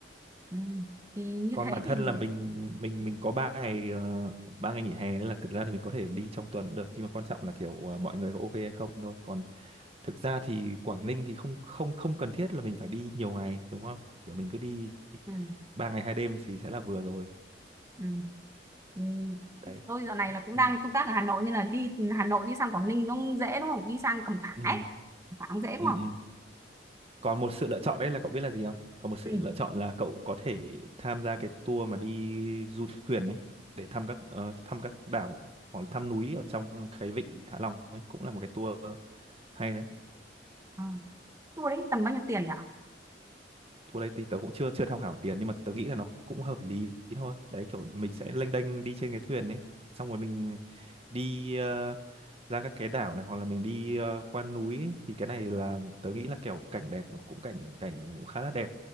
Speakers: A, on the right (about 15°); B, on the right (about 35°).
A: ừ. thì như
B: còn
A: thế
B: bản thân
A: thì
B: là mình mình mình có ba ngày ờ, ba ngày nghỉ hè nên là thực ra thì mình có thể đi trong tuần cũng được nhưng mà quan trọng là kiểu ờ, mọi người có ok hay không thôi còn thực ra thì Quảng Ninh thì không không không cần thiết là mình phải đi nhiều ngày đúng không kiểu mình cứ đi
A: ừ.
B: ba ngày hai đêm thì sẽ là vừa rồi
A: Ừ. Ừ.
B: đấy
A: tôi dạo này là cũng đang
B: ừ.
A: công tác ở Hà Nội nên là đi Hà Nội đi sang Quảng Ninh nó dễ đúng không đi sang Cẩm Phả
B: Ừ.
A: ấy Cẩm Phả cũng dễ đúng
B: Ừ.
A: không
B: ừ. còn một sự lựa chọn đấy là cậu biết là gì không còn một sự
A: ừ.
B: lựa chọn là cậu có thể tham gia cái tour mà đi du thuyền đấy để thăm các ờ, thăm các đảo hoặc là thăm núi ở trong cái vịnh Hạ Long ấy cũng là một cái tour hay đấy
A: Ờ. tour đấy tầm bao nhiêu tiền nhỉ
B: chỗ đây thì tớ cũng chưa chưa tham khảo tiền nhưng mà tớ nghĩ là nó cũng hợp lý thôi đấy kiểu mình sẽ lênh đênh đi trên cái thuyền ấy xong rồi mình đi ờ, ra các cái đảo này hoặc là mình đi ờ, qua núi ấy. thì cái này là tớ nghĩ là kiểu cảnh đẹp nó cũng cảnh cảnh cũng khá là đẹp